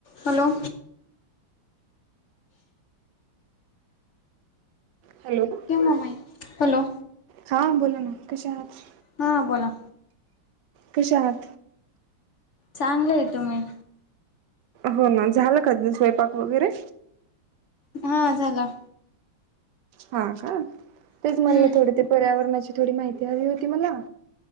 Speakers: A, on the left (about 60°); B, on the right (about 70°).
A: Hello.
B: Hello.
A: तुम्हा माहीत hello
B: हा बोला ना कश्या आहात.
A: हा बोला.
B: कश्या आहात.
A: चांगलं आहे तुम्ही?
B: हो ना झालं का स्वयंपाक वगैरे
A: हा झाला.
B: हा का तेच
A: हम्म
B: मला थोडे ते पर्यावरणाची थोडी माहिती हवी होती मला.